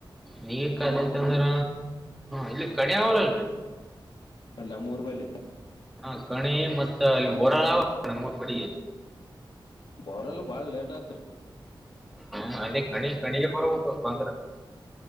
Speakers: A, in the centre; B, on the left.
A: ನೀಗ ಕಾಲಯ್ತಂದ್ರ ಇಲ್ಲಿ ಕಣಿ ಅವಲ್ಲಲ್ರಿ
B: ಅಲ್ಲ ನಮ್ಮೂರ್ ಬಲ್ಲಿ
A: ಹಾ ಕೆನ್ ಮತ್ತು ಅಲ್ಲಿ ಬರಾಳ ನಮ್ಮ ಊರು ಕಡೆ
B: ಭರಲು ಬಾಳ್ ಲೇಟಾ
A: ಹ ಅದೇ ಕಣಿ ಖಣಿಜ ಬರ ಬಂದ್ರ